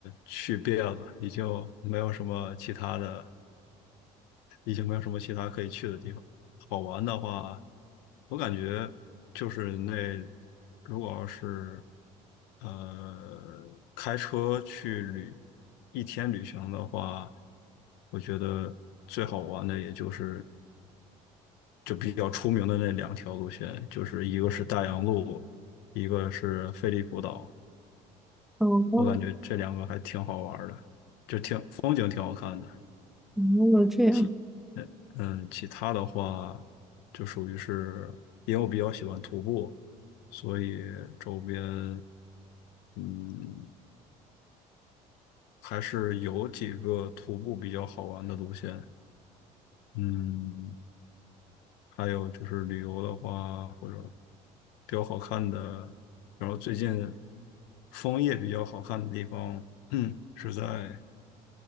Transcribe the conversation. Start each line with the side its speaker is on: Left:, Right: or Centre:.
Left: 去遍了，已经没有什么其他的，已经没有什么其他可以去的地方。好玩的话，我感觉就是那，如果要是呃开车去旅一天旅行的话，我觉得最好玩的也就是就比较出名的那两条路线，就是一个是大洋路，一个是菲利普岛。
Centre: 哦
Left: 我感觉这两个还挺好玩儿的，就挺风景挺好看的。
Centre: 哦，这样，
Left: 其，嗯嗯，其他的话就属于是，因为我比较喜欢徒步，所以周边嗯还是有几个徒步比较好玩的路线。嗯，还有就是旅游的话，或者比较好看的，然后最近枫叶比较好看的地方，嗯，是在